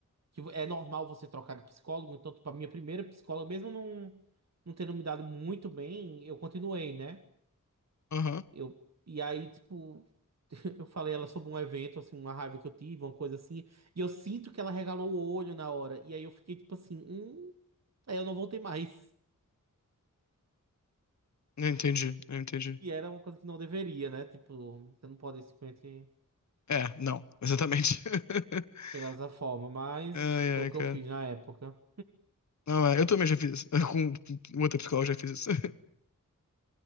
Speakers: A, on the right; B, on the left.
A: que é normal você trocar de psicólogo, então, tipo, a minha primeira psicóloga, mesmo não, não tendo me dado muito bem, eu continuei, né?
B: Aham,
A: Eu, e aí, tipo, <laughs> eu falei ela sobre um evento, assim, uma raiva que eu tive, uma coisa assim, e eu sinto que ela regalou o olho na hora, e aí eu fiquei, tipo assim, hum, aí eu não voltei mais. <laughs>
B: eu entendi, eu entendi.
A: E era uma coisa que não deveria, né? Tipo, você não pode simplesmente.
B: É, não, exatamente. <laughs>
A: chegar dessa forma, mas
B: Ai,
A: foi
B: ai,
A: o que
B: cara.
A: eu fiz na época.
B: Não, é, eu também já fiz isso. <laughs> Com, com outra psicóloga já fiz isso.